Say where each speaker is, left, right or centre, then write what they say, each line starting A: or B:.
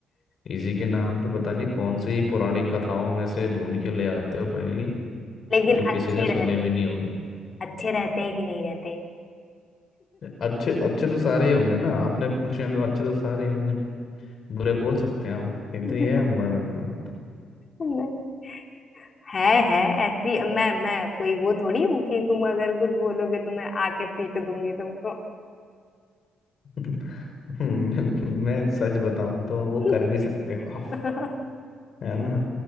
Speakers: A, on the left; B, on the left.
A: इजी के नाम पे पता नहीं कौन सी पुरानी कथाओं में से ढूंढ के ले आते हो पहली
B: लेकिन
A: जो किसी
B: अच्छे
A: ने सुने
B: रहते
A: भी नहीं होंगे
B: अच्छे रहते हैं कि नहीं रहते
A: अच्छे अच्छे तो सारे ही होंगे ना आपने पूछे हैं तो अच्छे तो सारे ही होंगे बुरे बोल सकते हैं हम इतनी
B: <laughs>
A: है मैं,
B: नहीं है है ऐसी मैं मैं कोई वो थोड़ी हूँ कि तुम अगर कुछ बोलोगे तो मैं आके पीट दूंगी तुमको
A: <laughs> मैं, मैं सच बताऊं तो वो
B: <laughs>
A: कर भी सकते हो आप
B: <laughs>
A: है ना